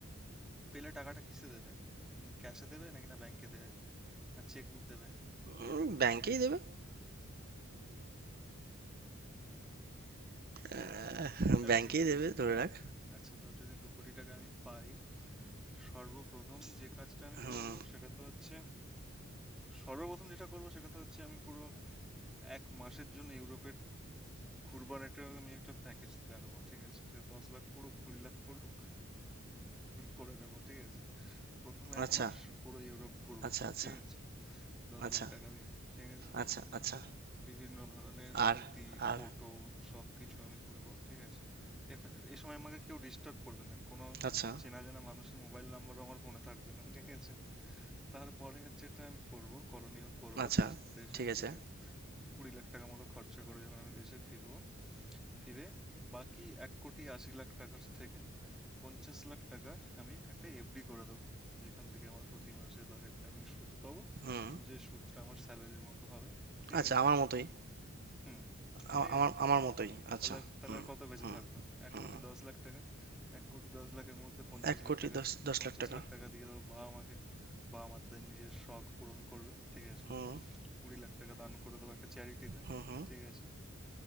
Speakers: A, in the centre; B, on the right.
A: পেলে টাকাটা কিসে দেবে ক্যাশে দেবে নাকি না ব্যাংকে দেবে না চেক বুক দেবে
B: উম, ব্যাংকেই দেবে। আহ,
A: আচ্ছা
B: ব্যাংকেই দেবে ধরে
A: আচ্ছা
B: রাখ।
A: আচ্ছা, ধর যদি দু কোটি টাকা আমি পাই সর্বপ্রথম যে কাজটা আমি
B: হুম
A: করব সেটা তো হচ্ছে সর্বপ্রথম যেটা করব সেটা তো হচ্ছে আমি পুরো এক মাসের জন্য ইউরোপে ঘুরবার একটা আমি একটা প্যাকেজ তুলে আনবো ঠিক আছে সে দশ লাখ পড়ুক কুড়ি লাখ পড়ুক করে নেবো ঠিক আছে প্রথম এক
B: আচ্ছা
A: মাস পুরো ইউরোপ ঘুরবো
B: আচ্ছা আচ্ছা
A: ঠিক আছে দশ
B: আচ্ছা
A: লাখ টাকা দিয়ে ঠিক আছে
B: আচ্ছা আচ্ছা
A: বিভিন্ন ধরনের স্মৃতি
B: আর আর
A: ফটো সবকিছু আমি তুলবো ঠিক আছে এখ- এই সময় আমাকে কেউ ডিস্টার্ব করবে না কোনো
B: আচ্ছা
A: চেনা জানা মানুষের মোবাইল নাম্বারও আমার ফোনে থাকবে না ঠিক আছে তারপরে যেটা আমি করব করণীয় করব
B: আচ্ছা
A: দেশ দেশে
B: ঠিক
A: ফিরে
B: আছে
A: কুড়ি লাখ টাকা মতো খরচা করে যখন আমি দেশে ফিরবো ফিরে বাকি এক কোটি আশি লাখ টাকার থেকে পঞ্চাশ লাখ টাকার আমি একটা এফডি করে দেবো যেখান থেকে আমার প্রতি মাসে তার একটা আমি সুদ পাবো
B: হুম
A: যে সুদটা আমার স্যালারির মতো হবে ঠিক
B: আচ্ছা
A: আছে
B: আমার মতোই
A: হুম
B: আ-
A: ঠিক
B: আমার
A: আছে
B: আমার মতোই আচ্ছা
A: তাহলে আর- তাহলে
B: হুম
A: আর কত বেঁচে
B: হুম
A: থাকলো এক
B: হুম
A: কোটি দশ লাখ টাকা এক কোটি দশ লাখের মধ্যে পঞ্চাশ
B: এক
A: লাখ
B: কোটি
A: টাকা
B: দশ দশ
A: পঞ্চাশ
B: লাখ টাকা
A: লাখ টাকা দিয়ে দেবো বাবা মাকে বাবা মা তাদের নিজের শখ পূরণ করবে ঠিক আছে
B: হুম
A: কুড়ি লাখ টাকা দান করে দেবো একটা চ্যারিটিতে
B: হুম হুম
A: ঠিক আছে